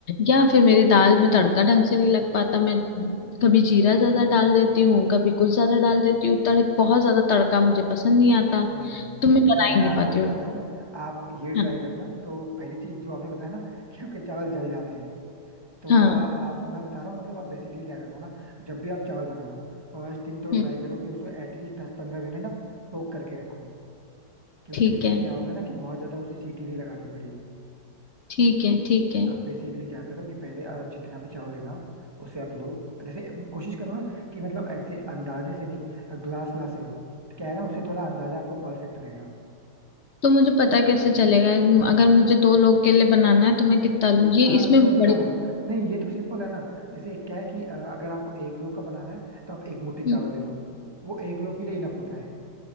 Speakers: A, on the left (about 50°); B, on the right (about 15°).
A: या फिर मेरी दाल में तड़का ढंग से नहीं लग पाता मैं कभी जीरा ज्यादा डाल देती हूँ कभी कुछ ज्यादा डाल देती हूँ तड़ बहुत ज्यादा तड़का मुझे पसंद नहीं आता
B: कोई नहीं
A: तो मैं बना
B: फिर
A: ही
B: मैं
A: नहीं
B: आपको
A: पाती
B: बताता
A: हूँ
B: हूँ आप ये ट्राई
A: हाँ
B: करना तो पहली चीज जो आपने बताया ना कि आपके चावल जल जाते हैं तो
A: हाँ
B: अ, आप मैं बता रहा हूँ मतलब आप बेसिकली क्या करना ना जब भी आप चावल बनाना फर्स्ट थिंग तो
A: हम्म,
B: ट्राई करो कि उसको एटलीस्ट दस पंद्रह मिनट ना सोक करके रखो क्योंकि
A: ठीक
B: उससे
A: है
B: क्या होगा ना कि बहुत ज्यादा उसे सीटी नहीं लगानी पड़ेगी
A: ठीक है ठीक है
B: आप बेसिकली क्या करो कि पहले अ, जितना भी चावल लेना हो उसे आप लो जैसे कोशिश करो ना कि मतलब ऐसे अंदाजे से नहीं ग्लास ग्लास से लो तो क्या है ना उसे थोड़ा अंदाजा आपको परफेक्ट रहेगा
A: तो मुझे पता कैसे चलेगा अगर मुझे दो लोग के लिए बनाना है तो मैं कितना लूँ ये
B: हाँ
A: इसमें
B: तो मैं बता
A: बड़ी
B: रहा हूँ नहीं ये तो सिंपल है ना जैसे क्या है कि अ, अगर आपको एक लो का बनाना है तो आप एक मुट्ठी
A: हम्म,
B: चावल ले लो वो एक लो के लिए इनफ होता है